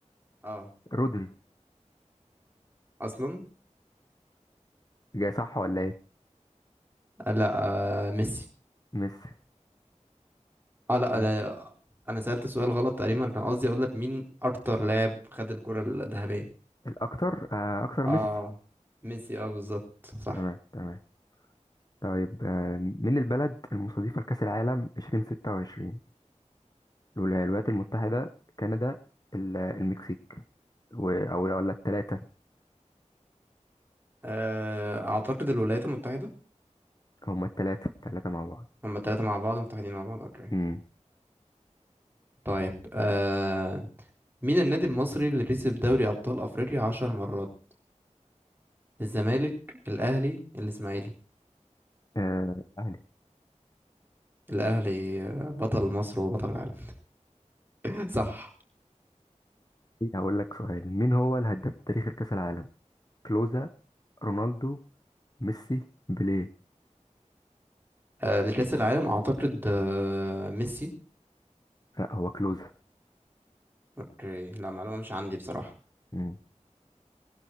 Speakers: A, on the right (about 15°); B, on the left (about 30°).
A: اه
B: رودري
A: اصلا
B: جاي صح ولا ايه
A: آه لا آه ميسي
B: ميسي
A: اه لا
B: ماشي.
A: انا انا سألت سؤال غلط تقريبا كان قصدي اقول لك مين اكتر لاعب خد الكرة الذهبية
B: الأكتر آه... أكتر ميسي
A: اه ميسي اه بالظبط صح
B: تمام تمام طيب آه... من البلد المستضيفة لكأس العالم 2026 الولا- الولايات المتحدة كندا ال- المكسيك و... أو ولا التلاتة
A: آه اعتقد الولايات المتحدة
B: هما التلاتة التلاتة مع بعض
A: هما التلاتة مع بعض متحدين مع بعض اوكي
B: امم
A: طيب آه مين النادي المصري اللي كسب دوري ابطال افريقيا عشر مرات؟ الزمالك الاهلي الاسماعيلي
B: آه... أهلي
A: الاهلي آه، بطل مصر وبطل العالم <laughs> صح
B: هقول لك سؤال مين هو الهداف التاريخي لكأس العالم كلوزا رونالدو ميسي بيليه
A: آه، لكأس العالم اعتقد آه، ميسي
B: لا هو كلوزا
A: اوكي لا معلومة مش عندي بصراحة
B: مم.